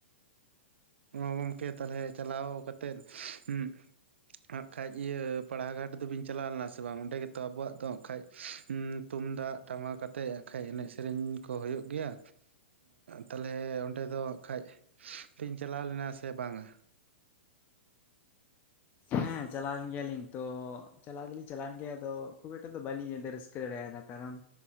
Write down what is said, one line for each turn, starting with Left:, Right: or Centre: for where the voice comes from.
Right: ᱚ ᱜᱚᱝᱠᱮ ᱛᱟᱞᱦᱮ ᱪᱟᱞᱟᱣ ᱠᱟᱛᱮᱜ ᱩᱢ ᱦᱟᱸᱜ ᱠᱷᱟᱱᱡ ᱤᱭᱟᱹ ᱯᱟᱲᱟᱜᱷᱟᱴ ᱫᱚᱵᱤᱱ ᱪᱟᱞᱟᱣ ᱞᱮᱱᱟ ᱥᱮ ᱵᱟᱝ ᱚᱸᱰᱮ ᱜᱮᱛᱚ ᱟᱵᱚᱣᱟᱜ ᱫᱚ ᱠᱷᱟᱡ ᱩᱢ ᱛᱩᱢᱫᱟᱜ ᱴᱟᱢᱟᱠ ᱠᱟᱛᱮᱫ ᱠᱷᱟᱡ ᱮᱱᱮᱡ ᱥᱮᱨᱮᱧ ᱠᱚ ᱦᱩᱭᱩᱜ ᱜᱮᱭᱟ᱾ ᱛᱟᱦᱚᱞᱮ ᱚᱰᱮ ᱫᱚ ᱠᱷᱟᱡ ᱵᱤᱱ ᱪᱟᱞᱟᱣ ᱞᱮᱱᱟ ᱥᱮ ᱵᱟᱝ-ᱟ᱾
Left: ᱦᱮᱸ ᱪᱟᱞᱟᱣ ᱮᱱ ᱜᱮᱭᱟᱞᱤᱧ ᱛᱚ ᱪᱟᱞᱟ ᱫᱚᱞᱤᱧ ᱪᱟᱞᱟᱣᱱ ᱜᱮᱭᱟ ᱟᱫᱚ ᱠᱷᱩᱵ ᱮᱠᱴᱟ ᱫᱚ ᱵᱟᱞᱤᱧ ᱤᱭᱟᱹ ᱨᱟᱹᱥᱠᱟᱹ ᱫᱟᱲᱮ ᱟᱫᱟ᱾ ᱠᱟᱨᱚᱱ